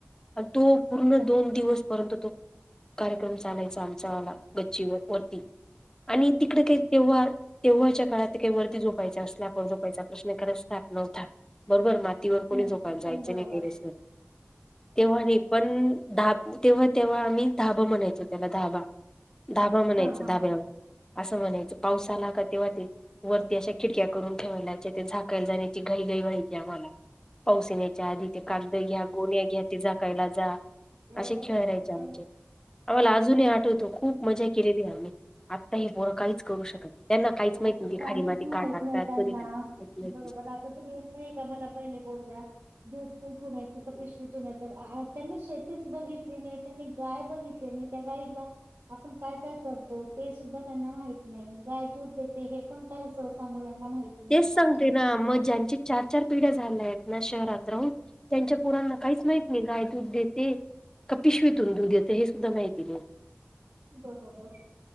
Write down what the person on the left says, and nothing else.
आणि तो पूर्ण दोन दिवस पर्यंत तो कार्यक्रम चालायचा आमचाला गच्ची वर वरती आणि तिकडे काही तेव्हा तेव्हाच्या काळात काही वरती झोपायच असल्या आपण झोपायचा प्रश्न कारण स्लॅप गवतात बरोबर मातीवर कोणी
झोपायला जायच नाही
टेरेस वर तेव्हा नाही पण दहा तेव्हा तेव्हा आम्ही धाबा म्हणायचो त्याला धाबा धाबा म्हणायच
धाब्यावर असं म्हणायचं पावसाला का तेव्हा ते वरती अशा खिडक्या करून ठेवायला लायच्या त्या झाकायला जाण्याची काही घाई थंडी व्हायची आम्हाला पाऊस त्याच आधी ते कागद घ्या गोन घ्या ते झाकायला जा
असे खेळ राहायचे आमचे आम्हाला अजूनही आठवतो खूप मज्जा केलेली आहे आम्ही आता हे पोरं काहीच करू शकत नाही त्यांना काहीच
माहित नाही ते
खारी माती
का टाकतात
कधी टाकतात काहीच माहित
नाही.
तेच सांगते
ना मग ज्यांची चार चार पिढ्या झाल्या आहेत ना शहरात राहुन त्यांच्या पोरांना काहीच माहित मग गाय दूध देते का पिशवीतून दूध देते हे सुद्धा माहिती नाही